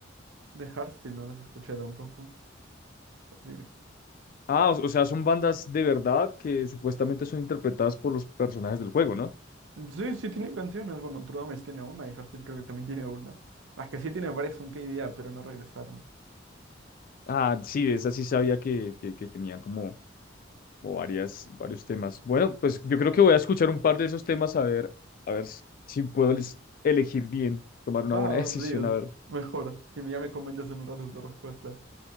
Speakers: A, on the right; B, on the left.
A: de Hardstyle no las escuché tampoco. Así que...
B: Ah, o, o sea, son bandas de verdad que supuestamente son interpretadas por los personajes del juego, ¿no?
A: Sí, sí tienen canciones. Bueno, True Damage tiene una y Hardstyle creo que también tiene una. Las que sí tienen varias son KDA, pero no regresaron.
B: Ah, sí, de esa sí sabía que, que, que tenían como, como varias, varios temas. Bueno, pues yo creo que voy a escuchar un par de esos temas a ver, a ver si puedo les- elegir bien, tomar
A: Va,
B: una buena <laughs> decisión,
A: Dios,
B: a ver.
A: mejor. Y ya me comentas en un rato tu respuesta.